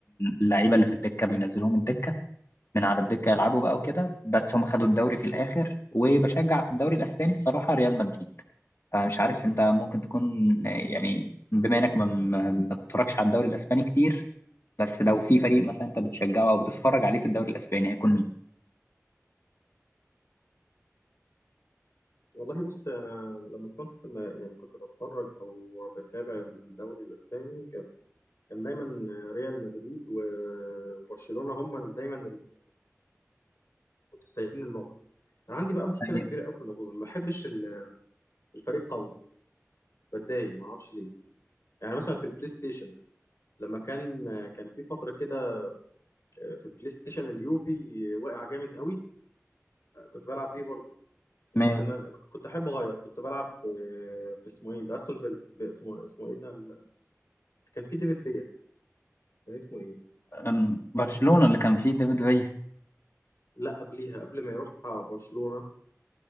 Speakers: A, on the left; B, on the left.
A: اللعيبه اللي في الدكه بينزلوهم الدكه من على الدكه يلعبوا بقى وكده بس هم خدوا الدوري في الاخر وبشجع في الدوري الاسباني الصراحه ريال مدريد فمش عارف انت ممكن تكون آه، يعني بما انك ما ما- ما بتتفرجش على الدوري الاسباني كتير بس لو في فريق مثلا انت بتشجعه او بتتفرج عليه في الدوري الاسباني هيكون مين؟
B: والله بص انا لما كنت ما- يعني كنت بتفرج او بتابع الدوري الاسباني كان كان دايما ريال مدريد و- وبرشلونه هم ال- دايما المتسيدين الموقف انا عندي بقى مشكله
A: يعني
B: كبيره قوي في الموضوع ده ما بحبش ال- الفريق قوي بتضايق ما اعرفش ليه يعني مثلا في البلاي ستيشن لما كان كان في فتره كده في البلاي ستيشن اليوفي واقع جامد قوي كنت بلعب بيه برضه لما
A: ما
B: كنا كنت احب اغير كنت بلعب ب- باسمه ايه باستون فيلا باسمه اسمه ايه ده ال- كان في ديفيد فيا كان اسمه ايه
A: أم، برشلونة اللي كان فيه ديفيد فيا
B: لا قبليها قبل ما يروح برشلونة